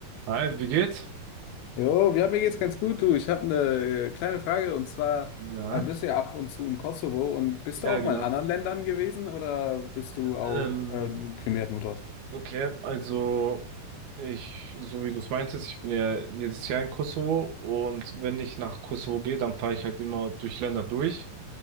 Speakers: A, on the right; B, on the left.
A: Hi, wie geht's?
B: Jo, ja, mir geht's ganz gut, du. Ich habe eine kleine Frage und zwar
A: Ja,
B: äh, bist du ja ab und zu in Kosovo und bist
A: ja,
B: du auch
A: genau.
B: mal in anderen Ländern gewesen oder bist du auch
A: Ähm,
B: äh, primär nur dort?
A: okay, also ich, so wie du es meintest, ich bin ja jedes Jahr in Kosovo und wenn ich nach Kosovo gehe, dann fahre ich halt immer durch Länder durch.